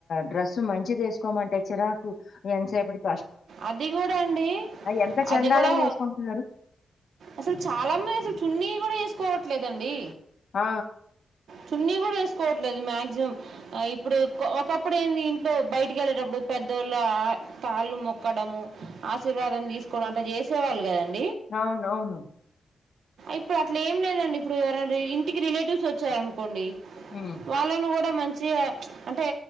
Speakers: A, on the left; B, on the right.
A: డ్రెస్ మంచిదేసుకోమంటే చిరాకు ఎంతసేపటి
B: అది గూడా అండి
A: ఎంత చెండాలంగా
B: అది గూడా
A: ఏసుకుంటున్నారు.
B: అసలు చాలా మంది అసలు చున్నీ కూడా వేసు కోవట్లేదండి
A: ఆ
B: చున్నీ గూడా వేసుకోవట్లేదు మాక్సిమం ఆ ఇప్పుడు ఒకప్పుడు ఏంది ఇంట్లో బయటికి వెళ్ళేటప్పుడు పెద్దోళ్ళు కాళ్ళు మొక్క క్కడము ఆశీర్వాదం తీసుకోవడం అంటే చేసేవాళ్ళు కదండి
A: అవును అవును
B: ఇప్పుడు అట్ల ఏం లేదండి ఇప్పుడు ఎవరనా ఇంటికి రిలేటివ్స్ వచ్చారనుకోండి
A: హ్మ్.
B: వాళ్ళను త మంచిగా అంటే